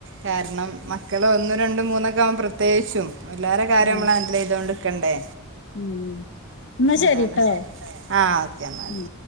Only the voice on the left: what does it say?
ആ
ഉം. എന്നാ ശരി
ട്ടോ
ഉം.